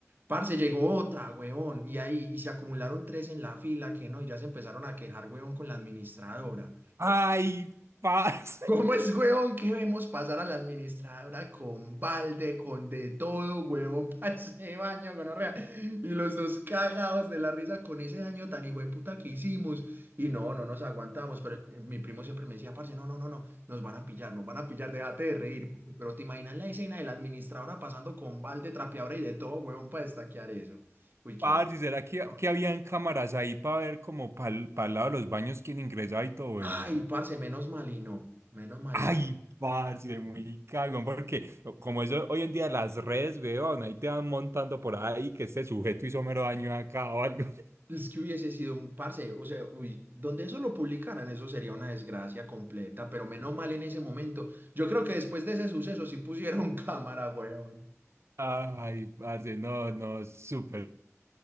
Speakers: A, on the right; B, on the right.
A: Parce, llegó otra, huevón, y ahí y se acumularon tres en la fila que no, y ya se empezaron a quejar, huevón, con la administradora.
B: ay, parce.
A: ¿Cómo es, huevón, que vemos pasar a la administradora con balde, con de todo, huevón, <laughs> para ese baño, gonorrea? Y los dos cagados de la risa con ese daño tan hijo de puta que hicimos. Y no, no nos aguantamos, pero eh, mi primo siempre me decía, parce, no, no, no, no, nos van a pillar, nos van a pillar, déjate de reír. parce". Pero te imaginas la escena de la administradora pasando con balde, trapeadora y de todo, huevón, para destaquear eso. Uy, qué
B: Parce, ¿será que,
A: vergüenza.
B: que habían cámaras ahí para ver como para el lado de los baños quién ingresaba y todo
A: Ay,
B: eso?
A: parce, menos mal y no, menos mal
B: Ay,
A: y no.
B: parce, muy cagón, porque como eso hoy en día las redes, weón, ahí te van montando por ahí que este sujeto hizo mero daño acá o algo. <laughs>
A: Es que hubiese sido un parce, o sea, uy, donde eso lo publicaran, eso sería una desgracia completa, pero menos mal en ese momento. Yo creo que después de ese suceso sí pusieron <laughs> cámara, weón.
B: Ay, parce, no, no, súper